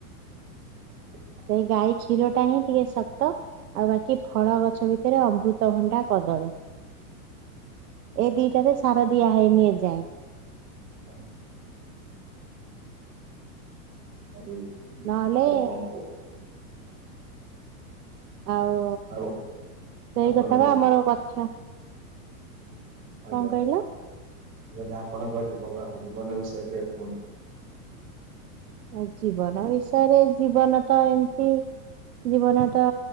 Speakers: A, on the right (about 20°); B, on the right (about 85°).
A: ହ <inaudible> <inaudible>
B: ସେ ଗାଈ ଖିରଟା ହିଁ ଟିକେ ଶକ୍ତ। ଆଉ ବାକି ଫଳ ଗଛ ଭିତରେ ଅମୃତଭଣ୍ଡା କଦଳୀ। ଏ ଦିଟାରେ ସାର ଦିଆ ହେଇନି ଏଯାଏଁ।
A: ହୁଁ। ଆଉ
B: ନହେଲେ
A: ଆଉ କଣ କୁହ
B: ଆଉ
A: ଆଉ
B: ସେଇ
A: ଆପଣଙ୍କ
B: କଥା ବା ଆମର କଥା
A: ଆଜ୍ଞା
B: କଣ
A: ମୁଁ
B: କହିଲ
A: କହିଲି ଆପଣଙ୍କ ଜୀବ ଜୀବନ ବିଷୟ ଟିକେ କୁହନ୍ତୁ।
B: ଅଁ ଜୀବନ ବିଷୟରେ ଜୀବନ ତ ଏମିତି ଜୀବନ ତ